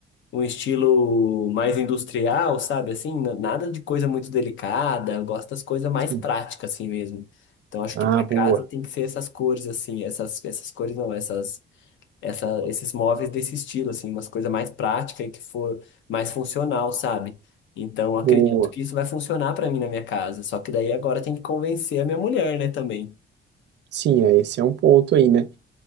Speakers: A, on the left; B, on the right.
A: um estilo mais industrial, sabe? Assim, na- nada de coisa muito delicada. Eu gosto das coisas mais
B: Sim.
A: práticas, assim mesmo. Então, acho
B: Ah,
A: que para casa
B: boa,
A: tem que ser essas cores, assim, essas, essas cores não, essas, essa, esses móveis desse estilo, assim, umas coisas mais práticas e que for mais funcional, sabe? Então, acredito
B: boa.
A: que isso vai funcionar para mim na minha casa. Só que daí agora tem que convencer a minha mulher, né, também.
B: Sim, é, esse é um ponto aí, né?